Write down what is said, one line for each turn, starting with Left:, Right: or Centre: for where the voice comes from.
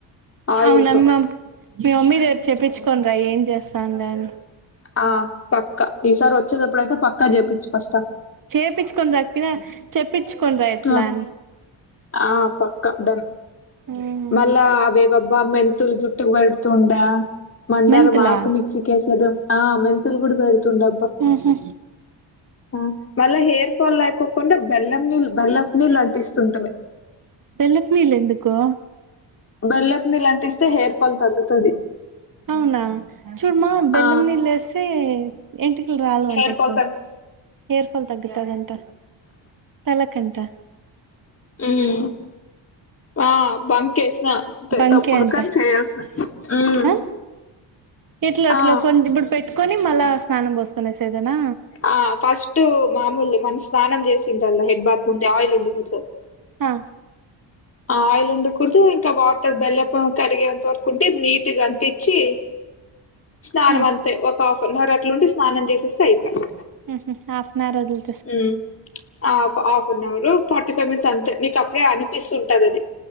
Left: ఆయిల్తో
Right: అవునమ్మ మీ అమ్మీ రేప్ చెప్పిచుకొనిరా ఏం చేస్తాందని
Left: ఆ పక్కా ఈసారొచ్చేటప్పుడైతే పక్కా జెపిచ్చుకోస్తా
Right: చెపిచ్చుకొని రాక్ పినా చెప్పిచ్చుకొనిరా ఎట్లా
Left: ఆ!
Right: అని
Left: ఆ పక్కా డన్
Right: మ్మ్
Left: మళ్ళా అవి వే బ్బా మెంతుల్ జుట్టుక్ బడ్ కుండా మందారమాకు
Right: మెంతులా
Left: మిక్సి కేసేదో ఆ మెంతులు గూడ్ బెడుతుండబ్బా
Right: ఊహూ
Left: అ మళ్ళా హెయిర్ ఫాల్ లేకొ కుండా బెల్లం నీళ్లు బెల్లపు నీళ్ళు అంటిస్తు ఉంటది
Right: బెల్లపు నీళ్ళు ఎందుకో
Left: బెల్లపు నీళ్ళు అంటిస్తే హెయిర్ ఫాల్ తగ్గుతది
Right: అవునా చూడుమా బెల్లం
Left: ఆ
Right: నీళ్ళు ఎస్తే ఎంట్రీకులు రాలవంట
Left: హెయిర్
Right: ఎక్కువ
Left: ఫాల్ తగ్
Right: హెయిర్ ఫాల్ తగ్గుతాదంట తలకంట
Left: ఉమ్ ఆ బంకేష్నా త
Right: బంకే
Left: తప్పుదు
Right: అంట
Left: కాని చేయాల్సి ఉమ్
Right: ఆ ఇట్లా అట్లా
Left: ఆ
Right: కొంచెం ఇప్పుడు పెట్టుకొని మళ్ళా స్నానం పోసుకునే ఏసెదేనా
Left: ఆ ఫస్ట్ మామూలు మన స్నానం చేసింటల్లే హెడ్ బాత్ ముందే ఆయిల్ ఉండకూడదు
Right: ఆ
Left: ఆయిల్ ఉండకూడదు ఇంకా వాటర్ బెల్లం కరిగేంత వరకు ఉంటే నీట్ ఇగ అంటిచ్చి స్నానం
Right: మ్మ్
Left: అంతే ఒక కొన్నరుట్లు ఉండి స్నానం చేసేస్తే అయిపాయే
Right: హా హా హాఫ్ ఆన్ అవర్ వదిలి
Left: హు half half an hour forty five minutes అంతే నీకు అప్పుడే అనిపిస్తు ఉంటది అది